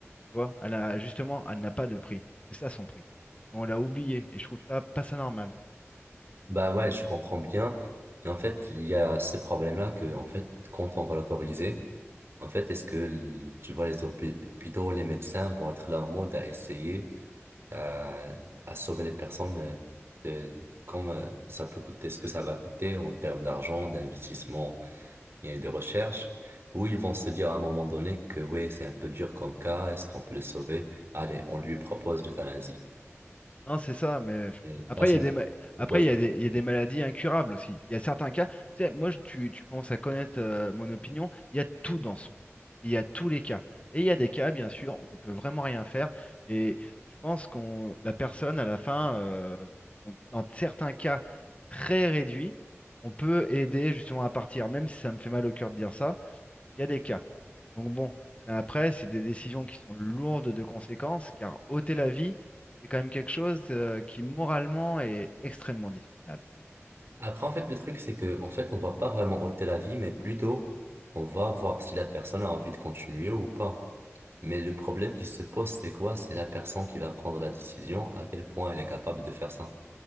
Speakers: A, on the left; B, on the right.
A: tu vois. Elle a, justement, elle n'a pas de prix. C'est ça son prix. Et on l'a oublié. Et je trouve ça pas ça normal.
B: Bah ouais, je comprends bien. Et en fait, il y a ce problème-là que, en fait, quand on va l'autoriser, en fait, est-ce que, l- tu vois, les hôpi- hôpitaux, les médecins vont être là en mode à essayer à, à sauver les personnes euh, de, comme euh, ça peut coûter, ce que ça va coûter en termes d'argent, d'investissement il y et des recherches où ils vont se dire à un moment donné que oui, c'est un peu dur comme cas, est-ce qu'on peut le sauver? Allez, on lui propose l'euthanasie.
A: Non, c'est ça, mais
B: Et
A: après,
B: ça, c'est
A: il y a
B: une
A: des,
B: question
A: ma- après,
B: que
A: il y a des, il y a des maladies incurables aussi. Il y a certains cas, tu sais, moi, je- tu, tu commences à connaître euh, mon opinion, il y a tout dans ce monde. Il y a tous les cas. Et il y a des cas, bien sûr, où on peut vraiment rien faire. Et je pense qu'on, la personne, à la fin, euh, on- dans certains cas très réduits, on peut aider justement à partir, même si ça me fait mal au cœur de dire ça, il y a des cas. Donc bon, mais après, c'est des décisions qui sont lourdes de conséquences, car ôter la vie, c'est quand même quelque chose euh, qui moralement est extrêmement discutable.
B: Après, en fait, le truc, c'est que, en fait, on va pas vraiment ôter la vie, mais plutôt, on va voir si la personne a envie de continuer ou pas. Mais le problème qui se pose, c'est quoi? C'est la personne qui va prendre la décision, à quel point elle est capable de faire ça.